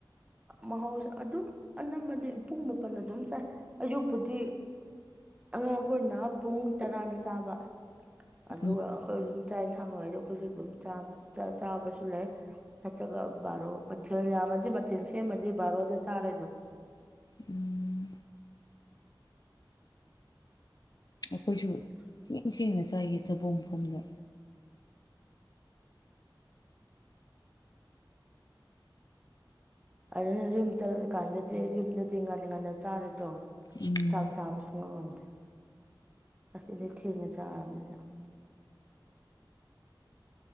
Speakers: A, on the right (about 15°); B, on the left (about 55°).
A: ꯃꯍꯧꯁꯦ ꯑꯗꯨꯝ ꯑꯅꯝꯕꯗꯤ ꯄꯨꯡ ꯃꯥꯄꯜ ꯑꯗꯨꯝ ꯆꯥꯏ ꯑꯌꯨꯛꯄꯨꯗꯤ ꯑꯉꯥꯡꯈꯣꯏꯅ ꯄꯨꯡ ꯇꯔꯥꯗ ꯆꯥꯕ ꯑꯗꯨꯒ
B: ꯎꯝ
A: ꯑꯩꯈꯣꯏꯁꯨꯝ ꯆꯥꯛ ꯌꯦꯟꯁꯥꯡꯅꯅꯨꯡꯁꯨ ꯑꯩꯈꯣꯏꯁꯨ ꯑꯗꯨꯝ ꯆꯥꯕꯁꯨ ꯂꯩ ꯅꯆꯒ ꯕꯥꯔꯣ ꯃꯊꯦꯜ ꯌꯥꯝꯃꯗꯤ ꯃꯊꯦꯜ ꯁꯦꯝꯃꯗꯤ ꯕꯥꯔꯣꯗ ꯆꯥꯔꯦꯁꯨ <inaudible>
B: ꯎꯝ ꯑꯩꯈꯣꯏꯁꯨ ꯊꯦꯡ ꯊꯦꯡꯅ ꯆꯥꯏꯈꯤ ꯊꯕꯛ ꯃꯐꯝꯗ
A: ꯑꯗꯨꯅ ꯌꯨꯝ ꯆꯠꯂꯀꯥꯟꯗꯗꯤ ꯌꯨꯝꯗꯗꯤ ꯉꯥꯟꯟꯅ ꯉꯟꯅ ꯆꯥꯔꯣꯏꯗ꯭ꯔꯣ
B: ꯎꯝ
A: ꯆꯥꯛ ꯆꯥꯕ ꯁꯨꯉꯗ ꯑꯁ ꯂꯩ ꯊꯤꯅ ꯆꯥꯝꯅꯤꯅ